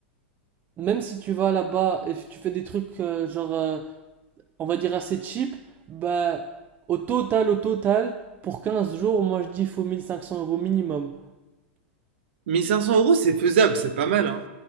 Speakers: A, on the right (about 30°); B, on the right (about 70°).
A: même si tu vas là-bas et f- tu fais des trucs euh, genre. euh, on va dire assez cheap, bah, au total, au total, pour 15 jours, moi je dis il faut 1500 euros minimum.
B: mille cinq cents euros, c'est faisable, c'est pas mal, hein.